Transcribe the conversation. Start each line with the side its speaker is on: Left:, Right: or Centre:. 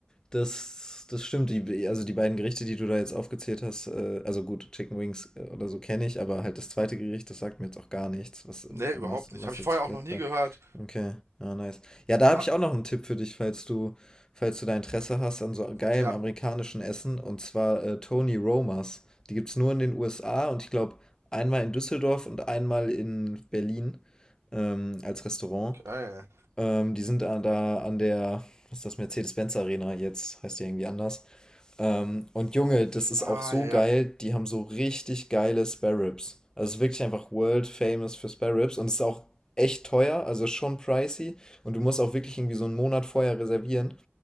Left: das, das stimmt. Die, also die beiden Gerichte, die du da jetzt aufgezählt hast, äh, also gut, Chicken Wings äh, oder so kenne ich, aber halt das zweite Gericht, das sagt mir jetzt auch gar nichts, was im,
Right: Nee,
Left: im
Right: überhaupt
Left: Mus Mussels
Right: nicht. Habe ich vorher
Left: Flatbread.
Right: auch noch nie gehört.
Left: Okay, ja, nice. Ja, da habe
Right: Ha
Left: ich auch noch einen Tipp für dich, falls du, falls du da Interesse hast an so geilem
Right: ja,
Left: amerikanischen Essen, und zwar äh, Tony Romas. Die gibt es nur in den USA und ich glaube einmal in Düsseldorf und einmal in Berlin ähm, als Restaurant.
Right: geil.
Left: Ähm, die sind da, da an der, was ist das, Mercedes-Benz Arena jetzt, heißt die irgendwie anders. Ähm, und Junge, das ist
Right: Ah,
Left: auch so
Right: ja, ja.
Left: geil, die haben so richtig geile Spare Ribs. Also es ist wirklich einfach world famous für Spare Ribs und es ist auch echt teuer, also schon pricey und du musst auch wirklich irgendwie so einen Monat vorher reservieren.